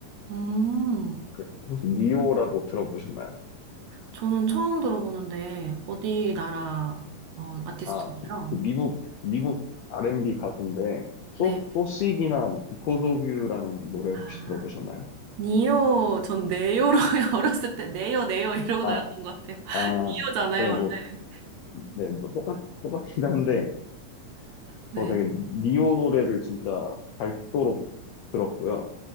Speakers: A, on the right (about 70°); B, on the left (about 75°).
A: 음,
B: 그 혹시 니오라고 들어보셨나요?
A: 저는 처음 들어보는데, 어디 나라, 어, 아티스트인가요?
B: 아, 그 미국, 미국 R&B 가수인데, 소,
A: 네.
B: 소식이나 뭐, Because of You라는 노래 혹시
A: 아,
B: 들어보셨나요?
A: 니오, 전 네요로 <laughs> 어렸을 때, 네요, 네요 이러고
B: 아,
A: 다녔던 것 같아요. <laughs>
B: 아,
A: 니오잖아요,
B: 네,
A: 원래.
B: 뭐, 네, 뭐 똑같, 똑같긴 한데,
A: 네.
B: 저 되게 니오 노래를 진짜 밝도록 들었고요.